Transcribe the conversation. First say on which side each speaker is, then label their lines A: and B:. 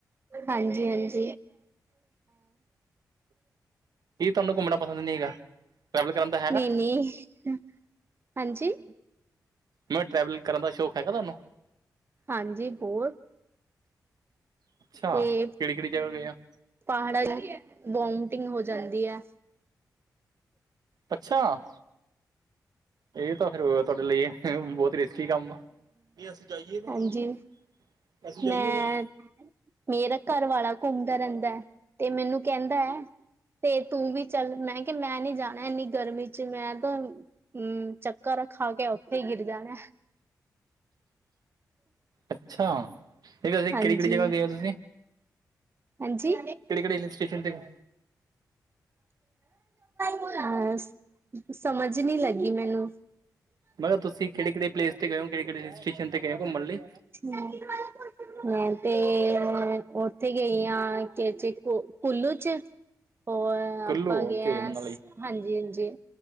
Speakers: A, on the right; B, on the right.
A: ਹਾਂਜੀ -ਹਾਂਜੀ।
B: ਕੀ ਤੁਹਾਨੂੰ ਘੁੰਮਣਾ ਪਸੰਦ ਨਹੀਂ ਹੈਗਾ ਟਰੈਵਲ ਕਰਾਂਦੈ।
A: ਨਹੀਂ -ਨਹੀਂ, ਹਾਂਜੀ।
B: ਨਾ, ਟਰੈਵਲਿੰਗ ਕਰਨ ਦਾ ਸ਼ੌਕ ਹੈਗਾ ਤੈਨੂੰ?
A: ਹਾਂਜੀ, ਬਹੁਤ,
B: ਅੱਛਾ
A: ਤੇਜ।
B: ਕਿਹੜੀ ਕਿਹੜੀ ਜਗ੍ਹਾ ਗਏ ਹੋ
A: ਪਹਾੜਾਂ ਵਿਚ ਵੋਮਟਿੰਗ ਹੋ ਜਾਂਦੀ ਐ।
B: ਅੱਛਾ, ਇਹ ਤਾਂ ਫਿਰ ਤੁਹਾਡੇ ਲਈ ਬਹੁਤ ਹੀ ਰ ਕੀ ਕੰਮ ਆ ਨਹੀਂ ਅਸੀਂ ਜਾਈਏ ਫੇਰ-
A: ਹਾਂਜੀ,
B: ਅਸੀਂ ਜਾਈਏ
A: ਮੈਂ
B: ਫਿਰ?
A: ਮੇਰਾ ਘਰ ਵਾਲਾ ਘੁੰਮਦਾ ਰਹਿੰਦਾ ਹੈ ਤੇ ਮੈਨੂੰ ਕਹਿੰਦਾ ਹੈ ਤੇ ਤੂੰ ਵੀ ਚੱਲ। ਮੈਂ ਕਿਹਾ, ਮੈਂ ਨੀ ਜਾਣਾ ਐਨੀ ਗਰਮੀ 'ਚ। ਮੈਂ ਤਾਂ ਹੂੰ, ਚੱਕਰ ਖਾ ਕੇ ਓਥੇ ਹੀ ਗਿਰ ਜਾਣੈ।
B: ਅੱਛਾ, ਵੈਸੇ ਕਿਹੜੀ
A: ਹਾਂਜੀ,
B: - ਕਿਹੜੀ ਜਗ੍ਹਾ ਗਏ ਓ ਤੁਸੀਂ?
A: ਹਾਂਜੀ।
B: ਕਿਹੜੇ- ਕਿਹੜੇ ਹਿਲ ਸਟੇਸ਼ਨ 'ਤੇ?
A: ਹ ਸਮਝ ਨੀ ਲੱਗੀ ਮੈਨੂੰ।
B: ਮੈਂ ਕਿਹਾ ਤੁਸੀਂ ਕਿਹੜੇ -ਕਿਹੜੇ ਪਲੇਸ ਤੇ ਗਏ ਹੋ? ਕਿਹੜੇ -ਕਿਹੜੇ ਸਟੇਸ਼ਨ ਤੇ ਗਏ ਹੋ ਘੁੰਮਣ ਲਈ?
A: ਆ ਮੈਂ ਤੇ ਉੱਥੇ ਗਈ ਹਾਂ। ਭੂਲੂ ਚ, ਹੋਰ
B: ਕੁੱਲੂ
A: ਆਪਾਂ
B: ਓਕੇ
A: ਗਏ ਆ
B: ਮਨਾਲੀ
A: ਹਾਂਜੀ- ਹਾਂਜੀ